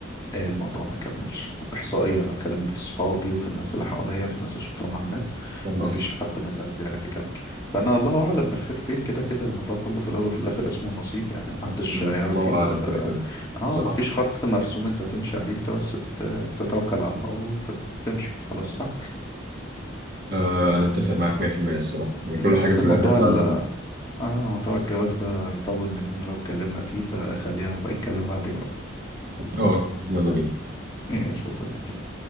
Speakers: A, on the left; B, on the right.
A: إيه الموضوع ما كملش احصائيا انا بكلم في صحابي وفي الناس اللي حواليا في الناس اللي شفتهم على النت
B: فاهم
A: ما فيش حد من الناس دي عرف يكمل فانا الله اعلم بالخير فين كده كده الموضوع كله في الاول وفي الاخر اسمه نصيب يعني محدش
B: مم.
A: يعرف
B: الله
A: يقول
B: أعلم كده
A: اه
B: كده
A: آه،
B: بالظبط
A: ما فيش خط مرسوم انت تمشي عليه انت بس بت- بتتوكل على الله وبتمشي خلاص صح
B: آه أنا أتفق معاك 100% الصراحة يعني كل
A: بس
B: حاجة في
A: موضوع
B: الآخر فعلا
A: ال اه موضوع الجواز ده يطول مننا لو اتكلمنا فيه فخلينا بقى نتكلم بعدين بقى.
B: أه يلا بينا
A: ماشي يا صديقي